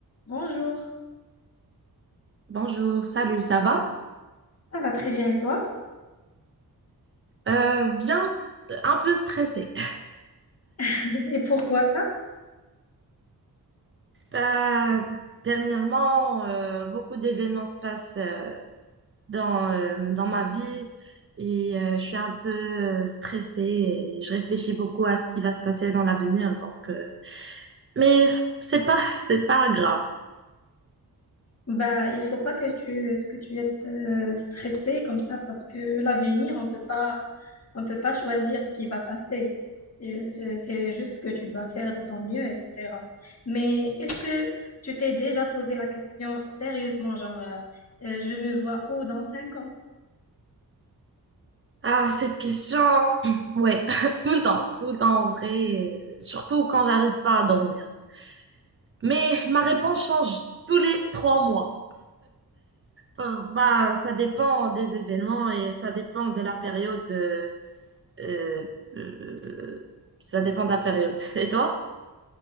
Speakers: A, on the left; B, on the right.
A: Bonjour,
B: Bonjour, salut, ça va?
A: ça va très bien et toi?
B: Euh, bien, un peu stressée.
A: <laughs> Et pourquoi ça?
B: Euh, dernièrement, euh, beaucoup d'événements se passent euh, dans, euh, dans ma vie et euh, je suis un peu euh, stressée et je réfléchis beaucoup à ce qui va se passer dans l'avenir. Donc, euh, mais c'est pas, <laughs> c'est pas grave.
A: Bah, il faut pas que tu que tu es euh, stressé comme ça parce que l'avenir, on peut pas on peut pas choisir ce qui va passer. Et C'est c'est juste que tu dois faire de ton mieux, etc. Mais est-ce que tu t'es déjà posé la question sérieusement, genre euh, euh, je me vois où dans cinq ans?
B: Ah, cette question, <clears throat> ouais, <laughs> tout le temps, tout le temps en vrai, euh, surtout quand j'arrive pas à dormir. Mais ma réponse change tous les trois mois. Enfin, bah, ça dépend des événements et ça dépend de la période. euh, euh, euh, ça dépend de la période. <laughs> Et toi?